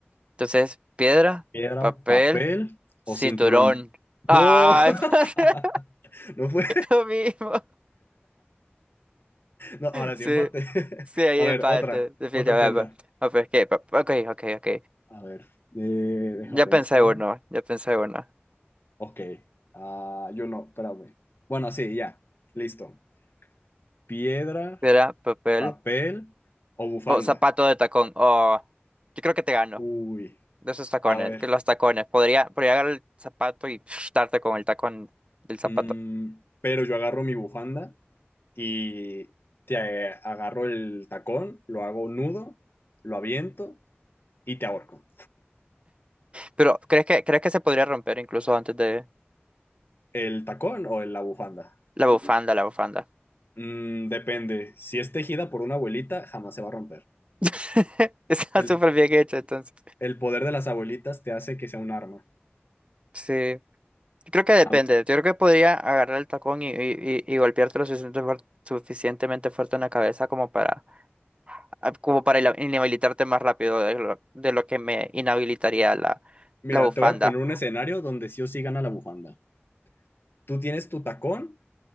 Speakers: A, on the right; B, on the left.
A: Entonces, piedra,
B: Piedra,
A: papel,
B: papel
A: cinturón.
B: o cinturón. No,
A: ¡Ay,
B: <laughs>
A: <laughs> madre!
B: no fue.
A: lo mismo!
B: No, ahora
A: Sí,
B: sí empate. <laughs>
A: sí, hay
B: A
A: empate,
B: ver, otra,
A: definitivamente.
B: otra prenda.
A: Ah, pues, ¿qué? Pa- Ok, ok, ok.
B: A ver, eh, deja
A: Ya
B: pensar.
A: pensé uno, ya pensé uno.
B: Ok, ah, yo no, espérame. Bueno, sí, ya, listo. Piedra,
A: Piedra, papel.
B: papel o bufanda.
A: Oh, zapato de tacón. Oh, yo creo que te gano.
B: Uy,
A: de esos tacones,
B: a ver.
A: que los tacones. Podría, podría agarrar el zapato y <sniffs> darte con el tacón del zapato.
B: Mm, pero yo agarro mi bufanda y te agarro el tacón, lo hago nudo, lo aviento y te ahorco.
A: Pero ¿crees que, crees que se podría romper incluso antes de
B: ¿El tacón o la bufanda?
A: la bufanda, la bufanda?
B: Mm, depende. Si es tejida por una abuelita, jamás se va a romper.
A: <laughs> Está
B: El,
A: súper bien hecho, entonces.
B: el poder de las abuelitas te hace que sea un arma.
A: Sí. Creo que depende.
B: A ver,
A: Yo creo que podría agarrar el tacón y, y, y, y golpearte lo suficiente fuer- suficientemente fuerte en la cabeza como para, ah, como para ina- inhabilitarte más rápido de lo, de lo que me inhabilitaría la,
B: mira,
A: la bufanda.
B: te voy a poner un escenario donde sí o sí gana la bufanda. Tú tienes tu tacón